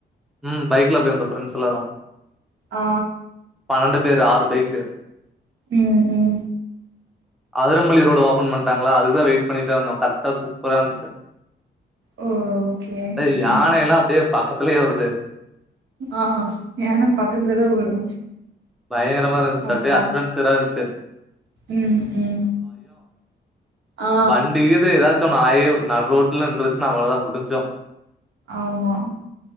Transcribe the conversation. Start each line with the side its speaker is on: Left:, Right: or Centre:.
Centre: ம் பைக்ல போய் வந்தோ ஃப்ரெண்ட்ஸ் எல்லாரு
Right: ஆ
Centre: பன்னண்டு பேரு ஆறு பைக்கு
Right: ம் ம்
Centre: அதரம்பள்ளி ரோடு ஓப்பன் பண்ட்டாங்ளா அதுக்குதா வெயிட் பண்ணிட்டே இருந்தோ கரெக்டா சூப்பரா இருந்ச்சு
Right: ஓ ஓகே
Centre: தே
Right: ம்
Centre: யானையெல்லா அப்டியே பக்கத்துலயே வருது
Right: ஆ யான பக்கத்துலதா வரு
Centre: பயங்கரமா இருந்ச்சு
Right: பாத்தா
Centre: அப்டியே அட்வென்ச்சரா இருந்ச்சு
Right: ம் ம் ஆ
Centre: வண்டிகிது எதாச்சு ஒன்னு ஆயி நடுரோட்ல நின்றுச்சுனா அவ்வளதா முடிஞ்சோ
Right: ஆமா